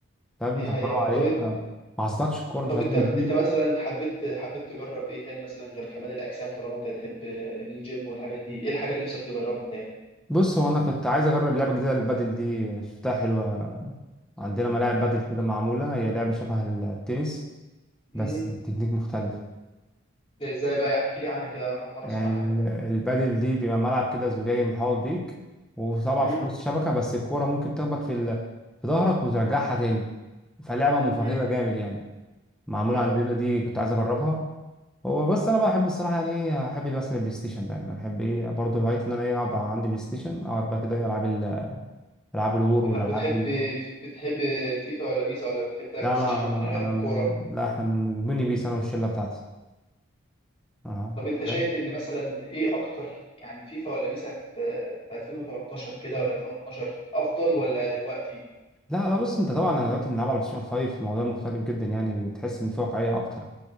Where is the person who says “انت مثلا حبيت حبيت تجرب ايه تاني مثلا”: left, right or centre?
Left